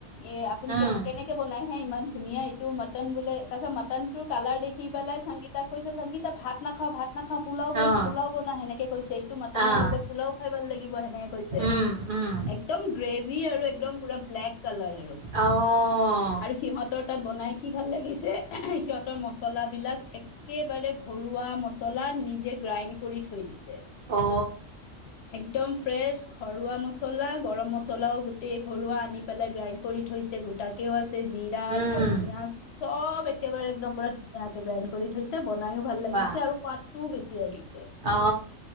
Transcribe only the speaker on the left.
এ আপুনি
কেনেকে বনাইহে ইমান ধুনীয়া এইটো মটন বোলে তাৰপিছত মটন তোৰ কালাৰ দেখি পেলাই সংগীতাক কৈছে সংগীতা ভাত নাখাওঁ ভাত নাখাওঁ পোলাও বনা
পোলাও বনা সেনেকে কৈছে এইটো মাটনৰ
লগত পোলাও খাই ভাল লাগিব সেনেকে কৈছে।
একদম গ্ৰেভি আৰু একদম পুৰা ব্লেক কালাৰ আৰু
আৰু সিহঁতৰ তাত বনাই কি ভাল লাগিছে সিহঁতৰ মছলা বিলাক একেবাৰে ঘৰুৱা ম চলা নিজে গ্ৰাইণ্ড কৰি থৈ দিছে
একদম ফ্ৰেছ ঘৰুৱা মছলা গৰম মছলাও গোটেই ঘৰুৱা আনি পেলাই গ্ৰাইণ্ড কৰি থৈছে গোটাকেও আছে। জিৰা
ধনিয়া চব একেবাৰে একদম পুৰা ধুনীয়াকে গ্ৰাইণ্ড কৰি থৈছে। বনাইও ভাল লাগিছে
আৰু সোৱাদটোও বেছি আহিছে